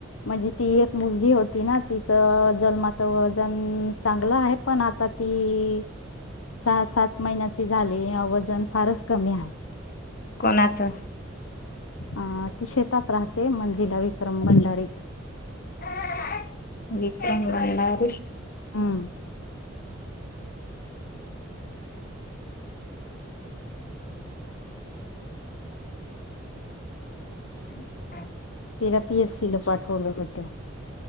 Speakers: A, on the left; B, on the left.
A: म्हणजे ती एक मुलगी होती ना तिचं जन्माचं वजन चांगलं आहे. पण आता ती सहा सात महिन्याची झाली वजन फारच कमी आहे.
B: कोणाचं?
A: अ ति शेतात राहते. मंजिला विक्रम भंडारी
B: <unintelligible> विक्रम मलार हो
A: हम्म
B: <unintelligible>
A: बी. एस. सी ला पाठवल होत.